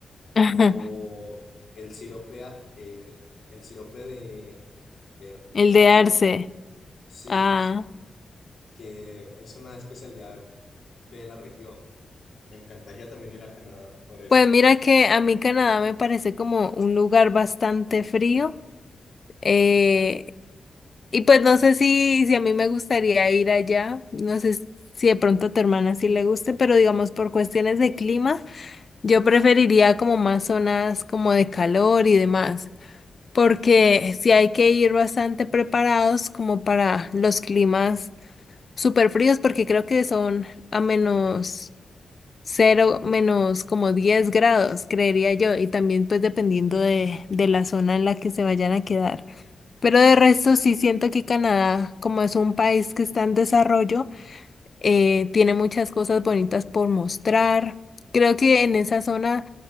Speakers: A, on the left; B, on the left.
A: <laughs>
B: O el sirope, a- eh, el sirope de her-
A: El
B: herable,
A: de Arce.
B: sí,
A: Ah,
B: que es una especialidad de la región. Me encantaría también ir a Canadá por eso.
A: pues mira que a mí Canadá me parece como un lugar bastante frío. eh, y pues no sé si, si a mí me gustaría ir allá. No sé s- si de pronto a tu hermana sí le guste, pero digamos por cuestiones de clima, yo preferiría como más zonas como de calor y demás. Porque sí hay que ir bastante preparados como para los climas súper fríos, porque creo que son a menos. Cero menos como 10 grados, creería yo, y también pues dependiendo de, de la zona en la que se vayan a quedar. Pero de resto sí siento que Canadá, como es un país que está en desarrollo, eh, tiene muchas cosas bonitas por mostrar. Creo que en esa zona